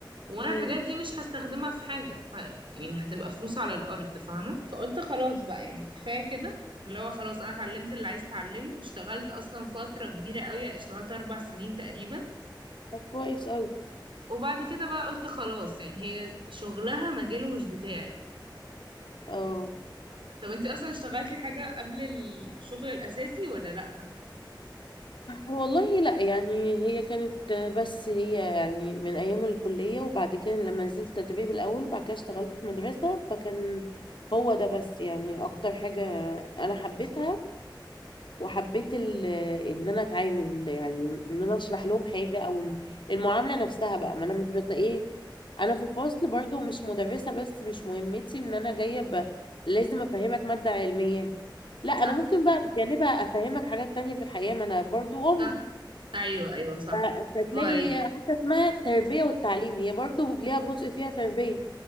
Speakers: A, on the right; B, on the left.
A: وانا
B: امم
A: الحاجات دي مش هستخدمها في حاجه ف يعني هتبقى فلوس على الارض فاهمه فقلت خلاص بقى يعني كفايه كده اللي هو خلاص انا اتعلمت اللي عايز اتعلمه اشتغلت اصلا فتره كبيره قوي اشتغلت اربع سنين تقريبا
B: طب كويس قوي
A: وبعد كده بقى قلت خلاص يعني هي شغلها مجاله مش بتاعي
B: اه
A: طب انتي اصلا اشتغلتي حاجة قبل الشغل الاساسي ولا لا
B: والله لا يعني هي كانت بس هي يعني من ايام الكلية وبعد كده لما نزلت تدريب الاول وبعد كده اشتغلت في مدرسة فكان هو ده بس يعني اكتر حاجة انا حبيتها وحبيت ال- ان انا اتعامل يعني ان انا اشرح لهم حاجه او إن المعامله نفسها بقى ما انا مش بت ايه انا في الفصل برضو مش مدرسه بس مش مهمتي ان انا جايه ب... لازم افهمك ماده علميه لا انا
A: صح
B: ممكن بقى بجانبها افهمك حاجات تانية في الحياه ما انا برضو ام
A: صح ايوه ايوه صح
B: ف- فتلاقي
A: برافو عليك
B: هي حتى اسمها التربيه والتعليم هي برضو ليها جزء فيها تربيه